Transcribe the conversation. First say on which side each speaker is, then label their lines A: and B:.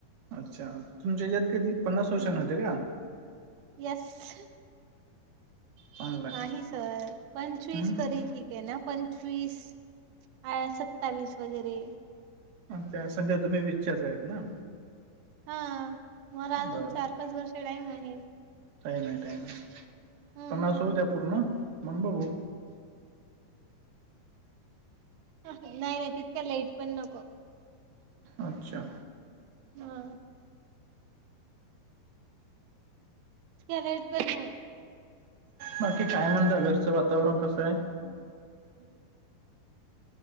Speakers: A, on the right (about 65°); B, on the right (about 85°).
A: अच्छा तुमच्या यात कधी पन्नास वर्ष
B: हम्म
A: नव्हते का?
B: येस.
A: चांगलं आहे.
B: नाही सर पंचवीस
A: हम्म
B: तरी ठीक ते ना पंचवीस अया सत्तावीस वगैरे
A: त्या सध्या तुम्ही विचा आहेत ना
B: हा मला
A: बरबर
B: अजून चार पाच वर्ष टाईम आहे
A: काय नाही टाईम आहे
B: हम्म
A: पन्नास
B: मग
A: होऊ द्या. पूर्ण मग, बघू
B: नाही नाही इतक्या लेट पण नको.
A: अच्छा
B: नवाय त्या रेड पेन ने.
A: बाकी काय म्हणला घरचं वातावरण कसं आहे?
B: सर <inaudible>